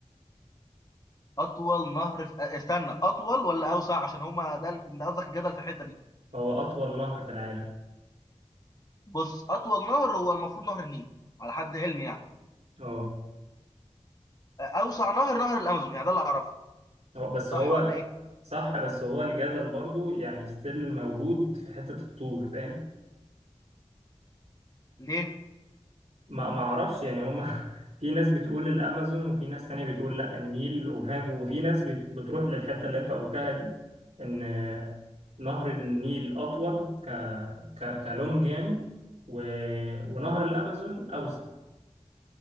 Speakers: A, on the left; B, on the right.
A: اطول نهر في... أ- استنى اطول ولا اوسع عشان هما ده ال- ده قصدك الجدل في الحته دي
B: هو اطول نهر في العالم
A: بص اطول نهر هو المفروض نهر النيل على حد علمي يعني
B: اه
A: آه، اوسع نهر نهر الامازون يعني ده اللي اعرفه
B: هو بس
A: صح
B: هو
A: ولا ايه
B: صح بس هو الجدل برضو يعني ستيل موجود في حتة الطول فاهم
A: ليه؟
B: ما ما اعرفش يعني هما <laughs> في ناس بتقول الامازون وفي ناس تانية بتقول لا النيل وفاهم وفي ناس بت- بتروح للحتة اللي انت قلتها دي ان نهر النيل اطول ك ك كلونج يعني و... ونهر الامازون اوسع